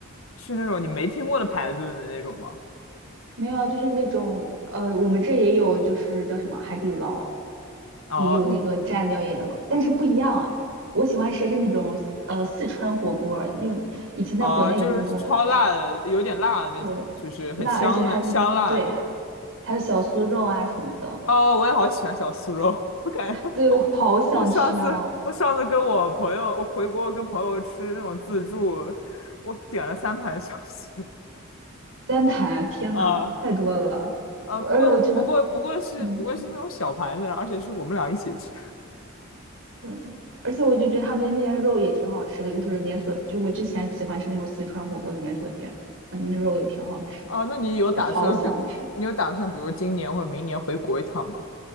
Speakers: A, on the left; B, on the right.
A: 是那种你没听过的牌子的那种吗？
B: 没有啊就是那种呃，我们这也有，就是叫什么海底捞，
A: 哦，
B: 也有那个蘸料也有，
A: 你
B: 但是不一样啊。我喜欢吃的是那种呃四川火锅儿那种以前在国内有什么
A: 哦，就是超辣的，有点辣的那种，
B: 对辣，
A: 就是很香的香辣的那种。
B: 而且它那对还有小酥肉啊什么的，
A: 哦，我也好喜欢小酥肉，<laughs> 我感觉
B: 对我好想吃啊，
A: 我上次我上次跟我朋友，我回国跟朋友吃那种自助，我点了三盘小酥肉
B: 三盘啊，天呐，
A: 啊
B: 太多了，
A: 啊，
B: 我而且我真的
A: 不过不过不过是不过是那种小盘子，
B: 嗯。
A: 而且是我们俩一起吃
B: 对，而且我就觉得他们那边肉也挺好吃的，就是连锁，就我之前喜欢吃那种四川火锅的连锁店，嗯，那肉也挺好吃的，
A: 啊。那你有打算比你有打算比如今年或者明年回国一趟吗？
B: 就好想吃。